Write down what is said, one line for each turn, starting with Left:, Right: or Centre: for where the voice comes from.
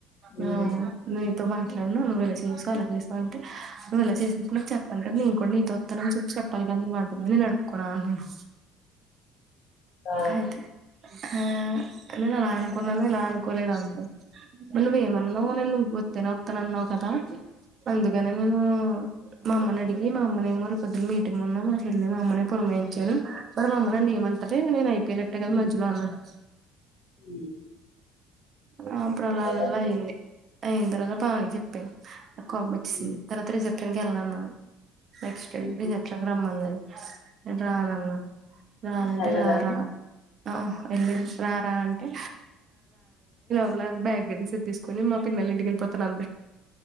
Right: ఆ
Left: ఉమ్
Right: నీ తో మ నువ్వు ఇలా చేసావు అలా చేసావు అంటే నువ్వు అలా చేసినప్పుడు నాకు చెప్పాలి కదా నేను కూడా నీతో వత్తా అని చెప్పి చెప్పాలి నీ మాట మీద నే నడుపు కోర అన్నాను
Left: ఆ
Right: అయితే ఆ నేను అలా అనుకున్నాను ఇలా అనుకోలేదా అండి <unintelligible> మరి నువ్వేమన్నావు నేను నువ్వు వత్తెనే వత్త న్నావు కదా అందుకనే నేమో మా అమ్మని అడిగి మా అమ్మనేమో రేపొద్దు మీటింగ్ ఉన్నా మా చెల్లి మా అమ్మనే పురమా ఏంచయను మరి మమ్మ నన్ను ఏమంటది నేను అయిపోయినట్టే కదా
Left: ఉంది
Right: మధ్యలో అన్నాను
Left: ఉమ్
Right: ఆ అప్పుడు అలా
Left: అంతేగా
Right: అలాలా అయింది అయిన తర్వాత పావనికి చెప్పాను నాకు కోపం వచ్చేసింది
Left: ఉమ్
Right: తర్వాత రిసెప్షన్కి వెళ్ళాన్నాను నెక్స్ట్ డే
Left: ఉహు
Right: రిసెప్షన్ కి రమ్మందది నేను రానన్న రానంటే
Left: తెల్లదా
Right: రా రా
Left: ఉమ్
Right: ఆ వెళ్ళింది రా రా అంటే ఇలా బ్యాగ్ తీసి తీసుకని మా పిన్ని ఇంటికి వెల్లిపోతంది